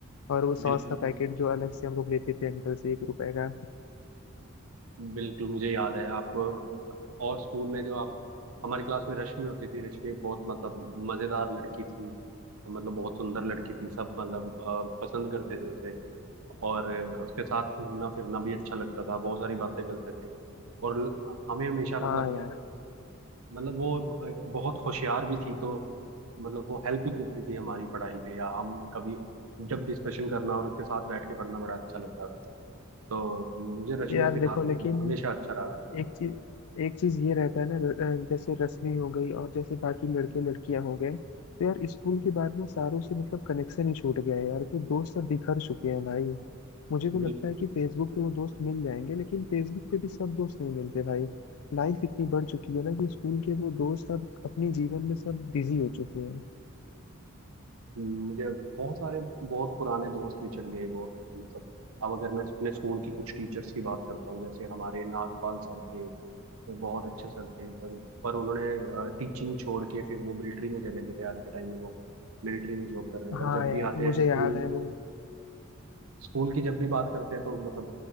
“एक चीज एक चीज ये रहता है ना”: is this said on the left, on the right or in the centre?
Left